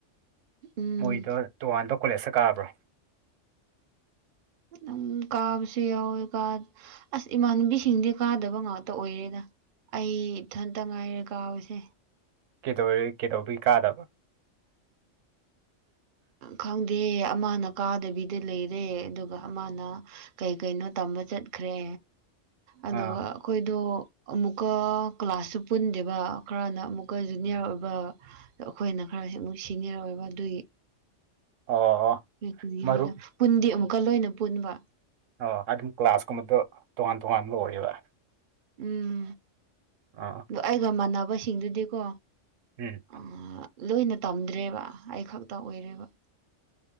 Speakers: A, on the right (about 55°); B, on the right (about 80°).
A: ꯎꯝ
B: ꯃꯣꯏꯗꯣ ꯇꯣꯉꯥꯟꯕ ꯀꯣꯂꯦꯖꯇ ꯀꯥꯕ꯭ꯔꯣ <inaudible>
A: ꯑꯗꯨꯝ ꯀꯥꯕꯁꯨ ꯌꯥꯎꯋꯦ ꯀꯥ ꯑꯁ ꯏꯃꯥꯟꯅꯕꯤꯁꯤꯡꯗꯤ ꯀꯥꯗꯕ ꯉꯥꯛꯇ ꯑꯣꯏꯌꯦꯗ ꯑꯩ ꯏꯊꯟꯇ ꯉꯥꯏꯔꯦ ꯀꯥꯕꯁꯦ
B: ꯀꯩꯗꯧꯋꯦ ꯀꯩꯗꯧꯕꯒꯤ ꯀꯥꯗꯕ
A: ꯈꯪꯗꯦ ꯑꯃꯅ ꯀꯥꯗꯕꯤꯗ ꯂꯩꯔꯦ ꯑꯗꯨꯒ ꯑꯃꯅ ꯀꯩ ꯀꯩꯅꯣ ꯇꯝꯕ ꯆꯠ ꯆꯠꯈ꯭ꯔꯦ ꯑꯗꯨꯒ
B: ꯑꯥ
A: ꯑꯈꯣꯏꯗꯣ ꯑꯃꯨꯛꯀ ꯀ꯭ꯂꯥꯁꯁꯨ ꯄꯨꯟꯗꯦꯕ ꯈꯔꯅ ꯑꯃꯨꯛꯀ ꯖꯨꯅꯤꯌꯔ ꯑꯣꯏꯕ ꯑꯈꯣꯏꯅ ꯈꯔꯁꯨ ꯃꯨꯛ ꯁꯤꯅꯤꯌꯔ ꯑꯣꯏꯕ ꯑꯗꯨꯏ
B: ꯑꯣ ꯑꯣ
A: <unintelligible>
B: ꯃꯔꯨꯞ
A: ꯄꯨꯟꯗꯤ ꯑꯃꯨꯛꯀ ꯂꯣꯏꯅ ꯄꯨꯟꯕ
B: ꯑꯣ ꯑꯗꯨꯝ ꯀ꯭ꯂꯥꯁꯀꯨꯝꯕꯗꯣ ꯇꯣꯉꯥꯟ ꯇꯣꯉꯥꯟꯕ ꯑꯣꯏꯌꯦꯕ
A: ꯎꯝ
B: ꯑꯥ
A: ꯗꯣ ꯑꯩꯒ ꯃꯥꯟꯅꯕꯁꯤꯡꯗꯨꯗꯤꯀꯣ
B: ꯎꯝ
A: ꯑꯥ ꯂꯣꯏꯅ ꯇꯝꯗ꯭ꯔꯦꯕ ꯑꯩ ꯈꯛꯇ ꯑꯣꯏꯔꯦꯕ